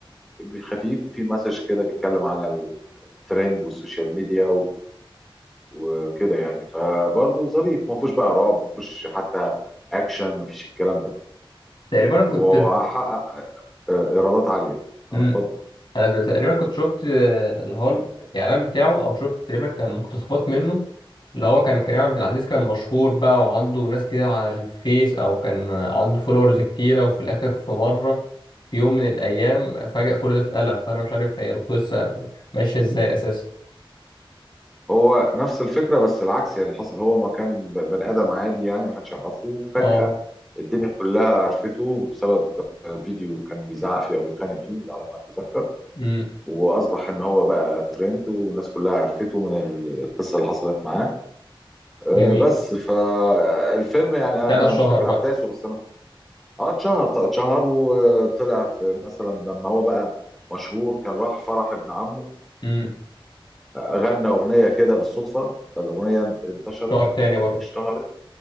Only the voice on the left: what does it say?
تقريبا أنا
كنت
امم
أنا تقريبا كنت شفت آه، اللي هو الإعلان بتاعه أو شفت تقريبا كان مقتطفات منه اللي هو كان كريم عبد العزيز كان مشهور بقى وعنده ناس كتير على الفيس أو كان عنده فولورز كتيرة وفي الآخر في مرة في يوم من الأيام فجأة كل ده اتقلب فأنا مش عارف هي القصة ماشية إزاي أساسا
أه
امم
جميل
ساعتها
الشهر
بقى
امم
شهر تاني برضه